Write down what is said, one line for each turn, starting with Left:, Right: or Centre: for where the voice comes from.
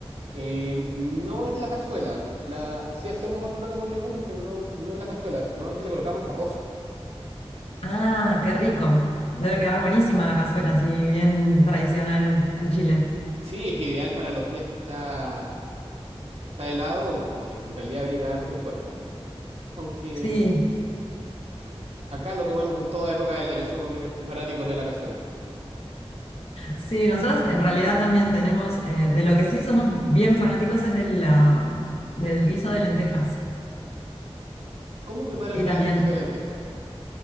Right: eh, no en la cazuela, la, sí hacemos otro plato con legumbres, pero no, no en la cazuela, normalmente le colocamos arroz.
Left: Ah, qué rico. Debe quedar buenísima la cazuela, así bien tradicional en Chile.
Right: Sí, es ideal para los días que está, que está helado, eh, en realidad abriga harto el cuerpo. Aunque
Left: Sí,
Right: acá lo comemos en toda época del año, somos medios fanáticos de la cazuela.
Left: sí, nosotros en realidad también tenemos, eh, de lo que sí somos bien fanáticos es de la, del guiso de lentejas.
Right: ¿Cómo preparan
Left: Y
Right: el
Left: también
Right: guiso de lenteja?